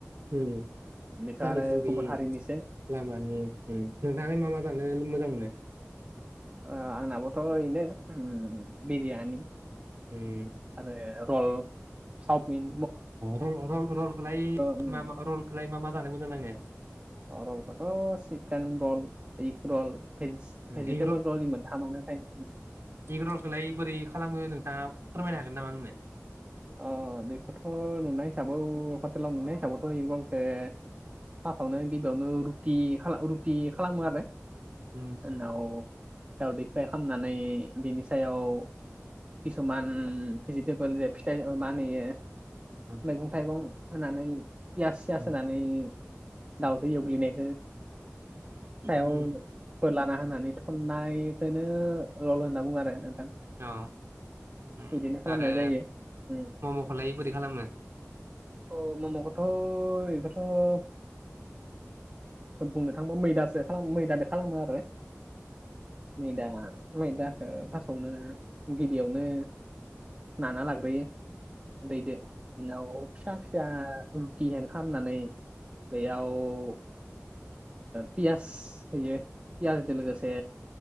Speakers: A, on the right; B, on the right.
A: उम
B: बेथ'
A: पानिपुरि
B: आरो गुबुन हारिनिसो
A: लामानि नोंथाङा मा मा जानो मोजां मोनो
B: आंनाबोथ' ओनो बिरियानि
A: ए
B: आरो र'ल सावमिन
A: रल-रल रलखौलाय
B: उम
A: मा रलखौलाय मा मा जानो मोजां नाङो
B: रलखौथ' चकेन रल एग रल भि
A: उम
B: भेजिटेबोल
A: एग
B: रलि मोनथामानोथाय
A: इक रलखौलाय बोरै खालामो नोंथाङा फोरमायनो हागोन नामा आंनो
B: अ बेखौथ' नुनाय हिसाबै हटेलाव नुनाय हिसाबावथ' इक रलखो फार्आवनो गिबियावनो रुटि रुटि खालामो आरो
A: उम
B: उनाव दावदै फ्राय खालामनानै बिनि सायाव किसुमान बेजिथेबोल मा होनो इयो
A: उम
B: मैगं थाइगं होनानै पियास सियास
A: उम
B: होनानै दाउद' एवग्लिनाय सायाव
A: उम
B: बोरलाना होनानै थननायखोनो रल होनना बुङो आरो नोंथां
A: औ उम
B: बिदिनो खालामनाय
A: आरो
B: जायो उम।
A: मम'खोलाय बोरै खालामो
B: अ म'म खोथ' इखोथ' बुंनो थाङोबा मैदासो खालाम मैदादो खालामो आरो मैदा मैदाखौ फार्स्टआवनो गिबियावनो नाना लाग्रोयो। दैदो बिनाव फिसा फिसा रुटि हेन्द खालामनानै बेयाव ओ पियास होयो पियाजजों लोगोसे